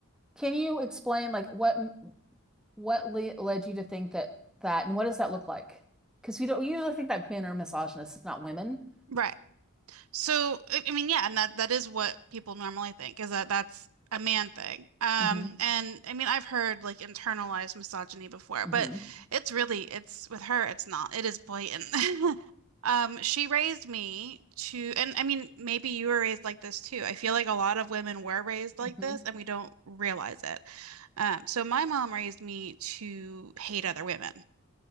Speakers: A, in the centre; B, on the right (about 75°).
A: Can you explain like what? What le led you to think that that, and what does that look like? Because we don't we usually think that men are misogynists, not women.
B: Right. So, I I mean, yeah, and that that is what people normally think is that that's a man thing. Um,
A: hmm
B: and I mean, I've heard like internalized misogyny before,
A: hmm
B: but it's really it's with her, it's not. It is blatant. <laughs> Um, she raised me to, and I mean, maybe you were raised like this too. I feel like a lot of women were raised like
A: hmm
B: this and we don't realize it. Um, so my mom raised me to hate other women